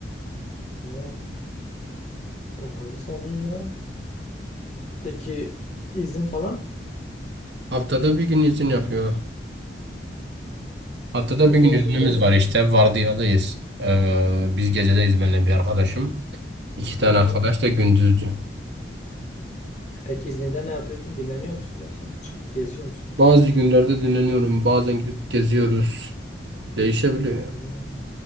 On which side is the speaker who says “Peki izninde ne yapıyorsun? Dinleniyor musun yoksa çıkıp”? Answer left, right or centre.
Left